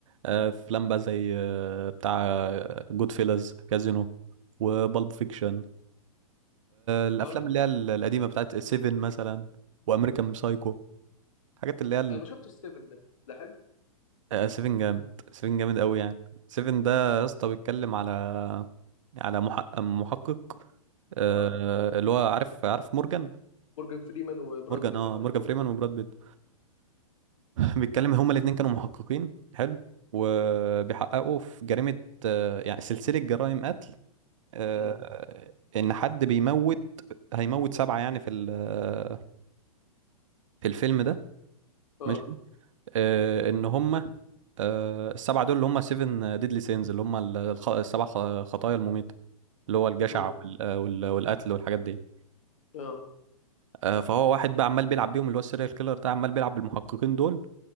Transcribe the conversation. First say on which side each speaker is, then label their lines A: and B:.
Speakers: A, on the right; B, on the left.
A: آه، افلام بقى زي آه، بتاع جود فيلز كازينو وبالب فيكشن الافلام
B: هو الفكره
A: اللي هي ال- القديمه بتاعت سيفن مثلا وامريكان سايكو الحاجات اللي هي
B: انا ما شفتش ستيفن ده ده حلو
A: آه، سيفن جامد سيفن جامد قوي يعني سيفن ده يا اسطى بيتكلم على على محقق محقق آه،
B: اه
A: اللي هو عارف عارف مورجان
B: مورجان فريمان وبراد
A: مورجان
B: بيت
A: اه
B: انا
A: مورجان
B: شفت
A: فريمان وبراد بيت <laughs> بيتكلم هما الاتنين كانوا محققين حلو وبيحققوا في جريمة آه، يعني سلسلة جرائم قتل آه،
B: امم
A: ان حد بيموت هيموت سبعة يعني في ال- في الفيلم ده
B: اه
A: ماشي آه، ان هما آه، السبعة دول اللي هم سيفن ديدلي سينز اللي هم ال- الخ- السبع خ- خطايا المميتة اللي هو الجشع
B: امم
A: وال- آه، وال- والقتل والحاجات دي
B: اه
A: آه، فهو واحد بقى عمال بيلعب بيهم اللي هو السيريال كيلر ده عمال بيلعب بالمحققين دول